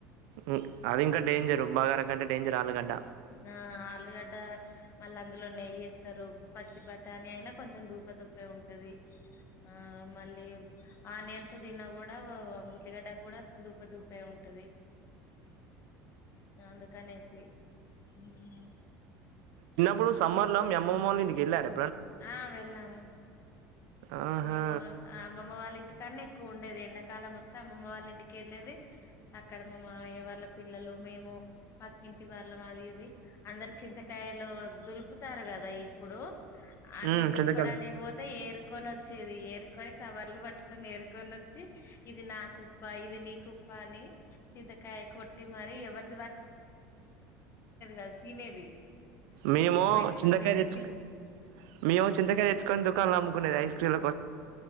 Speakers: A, on the right; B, on the left.
A: ఉ అది ఇంకా డేంజర్ బగార కంటే డేంజర్ ఆలుగడ్డ
B: ఆ ఆలుగడ్డ మళ్ళీ అందులో నెయ్యి ఏస్తరు పచ్చి బఠాణీ అని అయినా కొంచెం దూప దూపే ఉంటది ఆ మళ్ళీ ఆనియన్స్ తిిన కూడా మురలిగడ్డ కూడా దూప దూపే ఉంటది నందు కనేసి ఉహు
A: ఇప్పుడు సమ్మర్ లో మీ అమ్మమ్ల్నింటికెళ్ళారు
B: ఆ వెళ్ళాము
A: ఆహా
B: మేము అ మమ్మ వాళ్ళ ఇంటికి కాన్నా ఎక్కువ ఉండేది ఎండాకాలం వస్తే అమ్మమ్మ వాళ్ళ ఇంటికి వెళ్ళది అక్కడ మా మామయ వాళ్ళ పిల్లలు మేము పక్కింటి వాళ్ళం అది ఇది అందరు చింతకాయలో దులుపుతారు కదా ఈ ఇప్పుడు ఆ
A: ఉమ్
B: విధలు
A: చంద్రకళ
B: పడానికి పోతే ఏరుకొని వచ్చ చేది ఏరుకొని కవర్లు పట్టుకొని ఏరుకొన్ చి ఇది నా కుప్ప ఇది నీ కుప్ప అని చింతకాయ కొట్టి మరి ఎవరి కాదు తినేది
A: మేము
B: ఉప్పు పెట్టుకొని
A: చింతకాయ
B: తినేది
A: తెచ్చుకు మేము చింతకాయ ఎచ్చక్కని దుకాణలో ఆముకునే ఐస్క్రీమ్లో